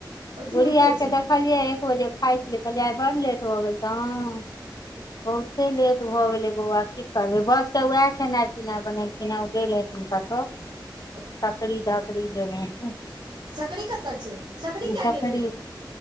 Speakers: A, on the right; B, on the left.
A: अथी
B: बुढ़िया
A: उठै
B: के
A: छै
B: देखलियै एक बजे खाई छलियै कहली आई बर ल तऽ भगैल तऽ बहुते लेट भऽ गेलै बौआ की करबै बस के उएह खेनाइ पीनाइ बनेलथि ओ गेल एथिन कतहु
A: <inaudible>
B: सकरी दकरी देनेह छ
A: सकरी कतऽ छै सकरी किया
B: फ
A: गेल हेतै